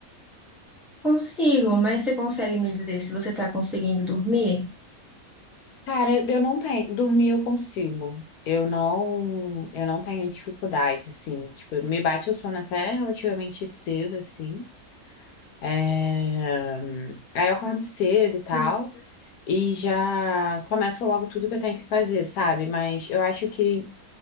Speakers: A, in the centre; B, on the left (about 80°).
A: Consigo, mas você consegue me dizer se você está conseguindo dormir?
B: Cara, eu não tenho. Dormir eu consigo. Eu não, eu não tenho dificuldade, assim. Tipo, me bate o sono até relativamente cedo, assim. É, Aí eu acordo cedo e tal.
A: Hum.
B: E já começo logo tudo que eu tenho que fazer, sabe? Mas eu acho que